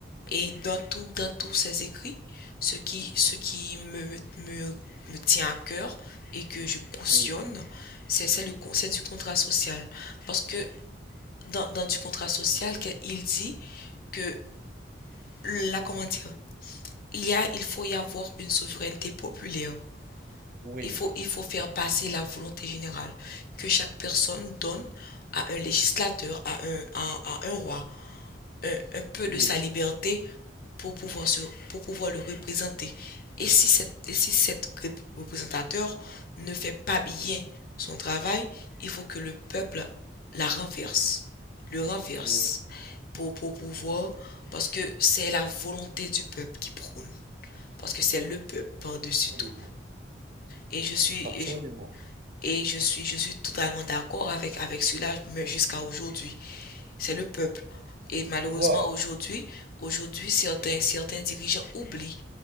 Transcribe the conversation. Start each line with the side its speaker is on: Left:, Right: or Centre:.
Left: Et dans tout, dans tous ses écrits, ce qui, ce qui me, me, me, me tient à cœur et que je cautionne,
Right: oui,
Left: c'est c'est le c'est du contrat social. Parce que dans, dans du contrat social, il dit que la comment dire, il y a, il faut y avoir une souveraineté populaire.
Right: oui,
Left: Il faut, il faut faire passer la volonté générale que chaque personne donne à un législateur, à un, à, à un roi, un, un peu
Right: oui,
Left: de sa liberté pour pouvoir, se- pour pouvoir le représenter. Et si, cette, si cette représentateur ne fait pas bien son travail, il faut que le peuple la renverse, le renverse
Right: oui,
Left: pour, pour pouvoir, parce que c'est la volonté du peuple qui prône, parce que c'est le peuple par-dessus
Right: absolument,
Left: tout. Et je suis,
Right: absolument.
Left: et je suis, je suis totalement d'accord avec, avec cela mais jusqu'à aujourd'hui. C'est le peuple. Et malheureusement,
Right: Tu vois,
Left: aujourd'hui, aujourd'hui, certains, certains dirigeants oublient,